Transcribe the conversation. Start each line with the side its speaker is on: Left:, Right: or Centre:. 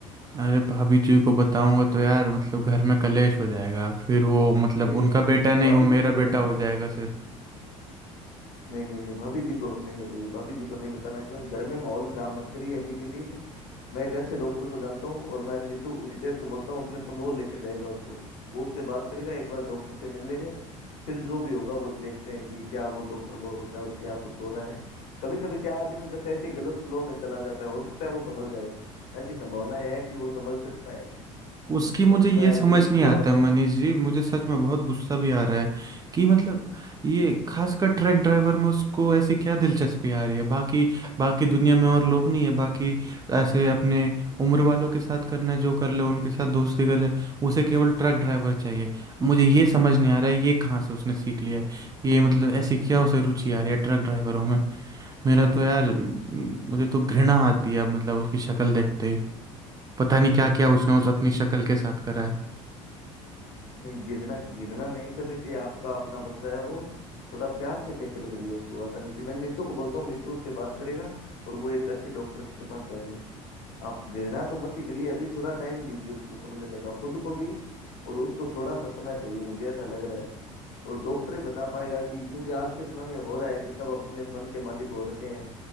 Right: अरे भाभी जी को बताऊंगा तो यार मतलब घर में कलेश हो जाएगा फिर वो मतलब
Left: नहीं नहीं
Right: उनका
Left: नहीं
Right: बेटा नहीं
Left: भाभी
Right: वो
Left: जी
Right: मेरा
Left: को नहीं
Right: बेटा
Left: बताई
Right: हो जाएगा
Left: नहीं नहीं नहीं भाभी जी को नहीं बताइए भाभी जी को नहीं बताना क्योंकि घर में माहौल खराब मत करिए अभी के लिए मैं एक अच्छे डॉक्टर को जानता हूँ और मैं नीतू नितेश को बोलता हूँ अपने तो वो लेके जाएगा उसको वो उससे बात करेगा एक बार डॉक्टर से मिल लेंगे फिर जो भी होगा वो देखते हैं कि क्या वो डॉक्टर बोलता है और क्या कुछ हो रहा है कभी कभी क्या आदमी बस ऐसे ही गलत फ्लो में चला जाता है हो सकता है वो समझ जाए ऐसी संभावनाएं है कि वो समझ सकता है
Right: उसकी मुझे
Left: और
Right: ये
Left: मैं
Right: समझ
Left: यही
Right: नहीं
Left: दुआ
Right: आता
Left: करता
Right: मनीष
Left: हूँ
Right: जी मुझे सच में बहुत गुस्सा भी आ रहा है कि मतलब ये खासकर ट्रक ड्राइवर में उसको ऐसी क्या दिलचस्पी आ रही है बाकी बाकी दुनिया में और लोग नहीं है बाकी ऐसे अपने उम्र वालों के साथ करना है, जो कर ले उनके साथ दोस्ती कर ले उसे केवल ट्रक ड्राइवर चाहिए मुझे ये समझ नहीं आ रहा है ये कहाँ से उसने सीख लिया है ये मतलब ऐसी क्या उसे रुचि आ रही है ट्रक ड्राइवरों में मेरा तो यार म, मुझे तो घृणा आती है मतलब उसकी शक्ल देखते ही पता नहीं क्या क्या उसने उस अपनी
Left: कि
Right: शक्ल के साथ करा है
Left: नहीं गिरना गिरना नहीं करनी चाहिए आपका अपना बच्चा है वो थोड़ा प्यार से टैकल करिए उसको आसानी से मैं नीतू को बोलता हूँ नीतू उससे बात करेगा और वो एक अच्छे डॉक्टर के पास जाएंगे आप गिरना तो मत ही करिए अभी थोड़ा टाइम दीजिए उसको समझने का खुद को भी और उसको थोड़ा सा समय चाहिए मुझे ऐसा लग रहा है और डॉक्टर ही बता पाएगा कि क्योंकि आज के समय में हो रहा है कि सब अपने मन के मालिक हो रखे हैं